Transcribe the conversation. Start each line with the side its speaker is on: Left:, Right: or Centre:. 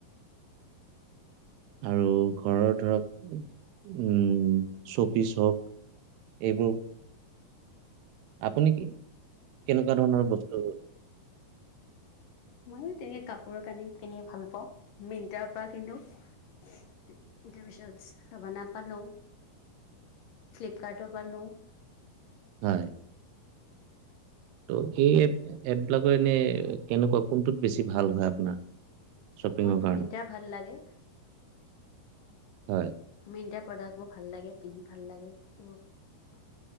Right: আৰু ঘৰৰ ধৰক উম চপিছ হওক এইবোৰ আপুনি কি কেনেকুৱা ধৰণৰ বস্তু
Left: মইো তেনেকে কাপোৰ কানি কিনি ভাল পাও মিন্ত্ৰাৰ পৰা কোনো তাৰ পিছত চাব না পালো ফ্লিপকাৰ্টো পালো
Right: হয়, ত' এই এপবিলাকত এনে কেনেকুৱা কোনটোত বেছি ভাল হয় আপোনাৰ শ্বপিঙৰ
Left: মোৰটো
Right: কাৰণে?
Left: মিন্ত্ৰা ভাল লাগে
Right: হয়
Left: মিন্ত্ৰাৰ প্ৰডাক্ট বোৰ ভাল লাগে পিন্ধি ভাল লাগে সেইবোৰ